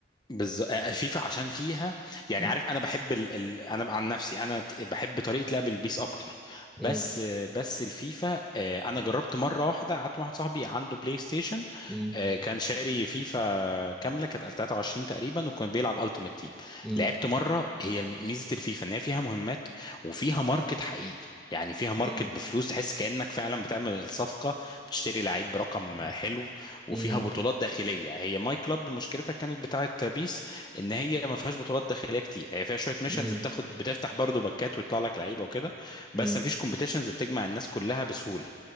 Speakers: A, on the left; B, in the centre.
A: بالظبط فيفا عشان فيها يعني
B: مم.
A: عارف انا بحب ال... ال... انا عن نفسي انا ت- بحب طريقه لعب البيس اكتر بس
B: مم.
A: بس الفيفا آه، انا جربت مره واحده قعدت مع واحد صاحبي عنده بلاي ستيشن
B: مم.
A: آه، كان شاري فيفا كامله كانت 23 تقريبا وكان بيلعب التيمت تيم
B: مم.
A: لعبت مره هي ميزه الفيفا ان هي فيها مهمات وفيها ماركت حقيقي يعني فيها ماركت
B: مم.
A: بفلوس تحس كأنك فعلا بتعمل الصفقة بتشتري لعيب برقم حلو وفيها
B: مم.
A: بطولات داخليه هي ماي كلاب مشكلتها كانت بتاعه بيس ان هي ما فيهاش بطولات داخليه كتير هي فيها شويه ميشنز
B: مم.
A: بتاخد بتفتح برضو باكات ويطلع لك لعيبه وكده
B: مم.
A: بس ما فيش كومبيتيشنز بتجمع الناس كلها بسهوله